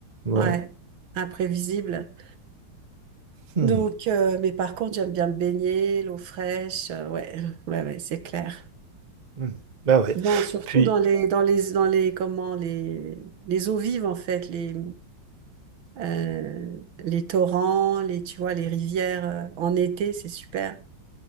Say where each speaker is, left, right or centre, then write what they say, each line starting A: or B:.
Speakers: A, on the right (about 30°); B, on the right (about 70°).
A: Ouais.
B: Ouais, imprévisible.
A: Hmm.
B: Donc, euh, mais par contre, j'aime bien me baigner, l'eau fraîche. euh, ouais, <laughs> ouais, ouais, c'est clair.
A: Hmm. Ben oui.
B: Non, surtout
A: Puis
B: dans les dans les dans les comment les les eaux vives en fait les euh, les torrents, les tu vois les rivières euh, en été, c'est super.